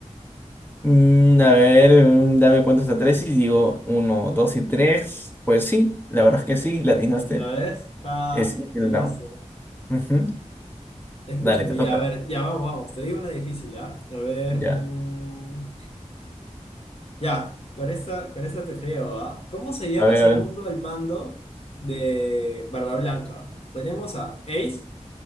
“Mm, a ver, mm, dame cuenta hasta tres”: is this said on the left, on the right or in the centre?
Left